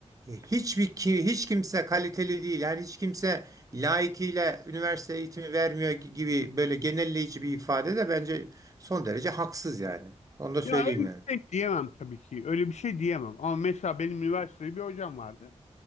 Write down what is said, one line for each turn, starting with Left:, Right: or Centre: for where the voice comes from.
Right: e, hiçbir ki- hiç kimse kaliteli değil. Yani hiç kimse layıkıyla üniversite eğitimi vermiyor gibi böyle genelleyici bir ifade de bence son derece haksız yani. Onu da söyleyeyim
Left: Ya öyle
Right: yani.
Left: bir şey diyemem tabii ki. Öyle bir şey diyemem. Ama mesela benim üniversitede bir hocam vardı.